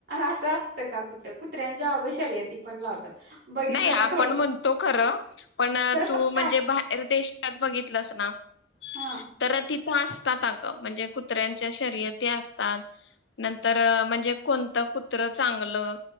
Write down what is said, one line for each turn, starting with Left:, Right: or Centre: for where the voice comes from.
Right: असं असतं का कुठं, कुत्र्यांच्या अगं शर्यती पण लावतात. बघितलं
Left: नाही आपण
Right: ना थोडं
Left: म्हणतो खरं पण
Right: खरं
Left: तू
Right: पण
Left: म्हणजे बाहेर देशात बघितलंस ना
Right: हा
Left: तर ति तो असतात अगं म्हणजे कुत्र्यांच्या शर्यती असतात नंतर म्हणजे कोणतं कुत्र चांगलं